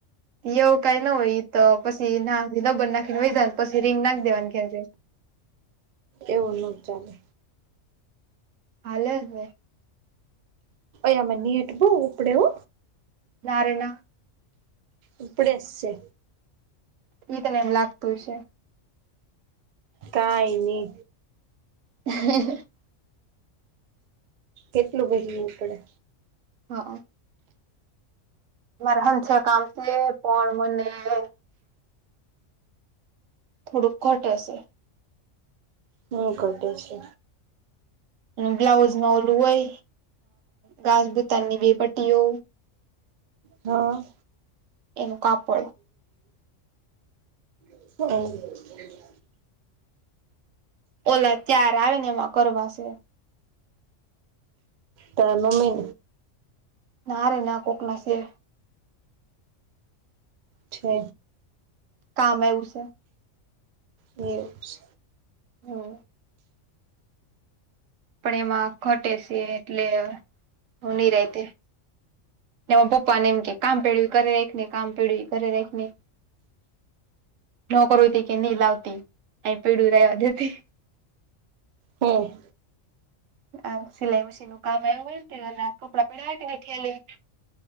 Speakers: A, on the right; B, on the right.
A: એવું કઈ ન હોય તો પછી નાખ લબન નાખીને હોય જને પછી રીંગ નાખ દેવાની ખેં
B: એવું ન ચાલે
A: હાલે ને
B: એમાં નેટ બહુ ઉપડે હો
A: ના રે ના
B: ઉપડે સે
A: ઈ તને એમ લાગતું છે
B: કાઈ ની
A: <inaudible>
B: કેટલું બધું ઉપડે
A: હા માર સંચે છે કામ છે પણ મને થોડુંક ઘટે છે
B: હમ ઘટે છે.
A: બ્લાઉઝ ન ઓલું હોય ગાજબીતાનની બે પટ્ટીઓ
B: હા
A: એનું કાપડ
B: <inaudible>
A: ઓલા ચાર આવે ને એમાં કરવાશે
B: ત મ્મી
A: ના રે ના કોકના છે
B: છે
A: કામ એ ઉસે
B: એવું છે
A: હોવ પણ એમાં ઘટે છે એટલે હવે નિરાતે એમાં પપ્પા ને એમ કે કામ પેડ્યુંએ કરે રાખને કામ પેડ્યું કરે એરાખને નોકરુ તી કે નહી લાવતી અને પેડયુ રવા દેતી.
B: હે.
A: આ સિલાઈ મશીન નું કામ આવું અને કપડાં પડ્યા હોય તે થેલી.